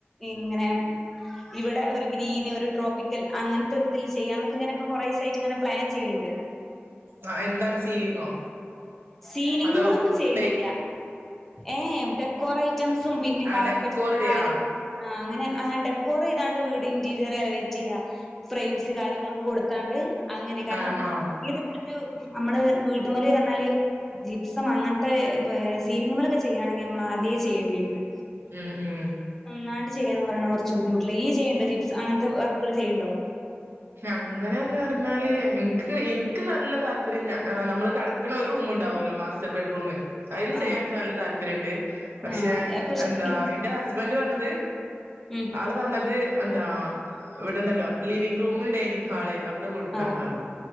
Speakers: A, in the centre; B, on the right (about 60°).
A: ഇങ്ങനെ ഇവിടെ ഒരു ഗ്രീൻ ഒരു ട്രോപ്പിക്കൽ അങ്ങൻത്തെ ഒരുരിതിൽ ചെയ്യാം എന്നൊക്കെ ഇങ്ങെ ഇപ്പൊ കൊറേസായിട്ട് ഇങ്ങനെ പ്ലാൻ ചെയ്യ്ണ്ട്
B: ആഹ് എന്താണ് സീലിങ്ങോ
A: സീലിങ്‌മലൊന്നും
B: അതോ
A: ചെയ്തീല്ല
B: പെയ്
A: ഏഹ് ഡെക്കോറൈറ്റംസും പിന്നെ
B: ആഹ്
A: കാർപ്പറ്റ്കാര്യങ്ങളും
B: ഡെക്കോർ ചെയ്യാ
A: ആ അങ്ങനെ അ ഡെക്കോർയ്താണ്ട് വീട് ഇന്റീരിയർ എലവേറ്റ് ചെയ്യാം ഫ്രെയിംസ് ച്ച് കാര്യങ്ങളൊക്കെ കൊടുത്താണ്ട് അങ്ങനെ കാരണം
B: ആഹ് ആഹ്
A: ഇത് ഒരു നമ്മള് വീട്ട്മ്മല്റഞ്ഞാല് ജിപ്സും അങ്ങനത്തെ സീലിംങ്‌മ്മലൊക്കെ ചെയ്യാണെങ്കിൽ നമ്മൾ ആദ്യേ ചെയ്യേണ്ടിരിന്ന്
B: ഉം ഉം
A: ഒന്നാണ്ട് ചെയ്യാ എന്ന് പറയണ കുറച്ച്ബുദ്ധിമുട്ടിലാ ഇയ്ചെയ്യണ് ണ്ടാ ജിപ്സ് അങ്ങനത്തെവർക്കുകൾ ചെയ്ണ് ണ്ടോ
B: അങ്ങനെയന്ന്റഞ്ഞാല് ഇനിക്ക് ഇനിക്ക് നല്ല താല്പര്യം ഞാൻ ആ നമ്മള് കടക്കണ ഒരു റൂംണ്ടാവോല്ലോ മാസ്റ്റർ ബെഡ്റൂം അയില്
A: ആ
B: ചെയ്യാൻ ഇനിക്ക് നല്ല താല്പര്യണ്ട് പക്ഷെ
A: ആ ആ പക്ഷെ
B: എന്താ
A: ഇപ്പ
B: ഇന്റെ ഹസ്ബൻഡ് പറഞ്ഞത്
A: ഉം
B: ആള് പറഞ്ഞത് എന്താ ഇവിടെണ്ടല്ലോ ലിവിംഗ് റൂം ഡൈനിങ് ഹാള് അവിടെ കൊടുക്കാന്ന്
A: ആ
B: പറഞ്ഞു